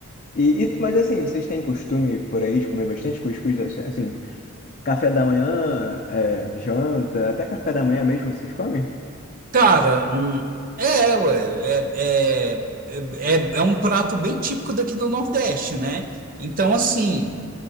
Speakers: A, on the left; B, on the right.
A: E, e tu- mas assim, vocês têm costume por aí de comer bastante cuscuz? Assim, café da manhã, é, janta, até café da manhã mesmo vocês comem?
B: Cara, hum, é, ué, é, é, é, é é um prato bem típico daqui do Nordeste, né? Então, assim,